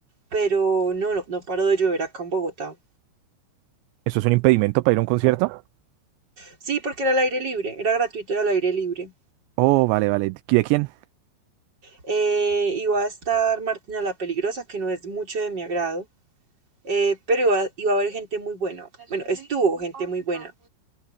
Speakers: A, on the right; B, on the right.
A: pero no, no, no paró de llover acá en Bogotá.
B: ¿Eso es un impedimento para ir a un concierto?
A: Sí, porque era al aire libre, era gratuito y al aire libre.
B: Oh, vale, vale. ¿De quién?
A: Eh, iba a estar Martina la Peligrosa, que no es mucho de mi agrado, eh, pero iba, iba a haber gente muy buena. Bueno, estuvo gente muy buena.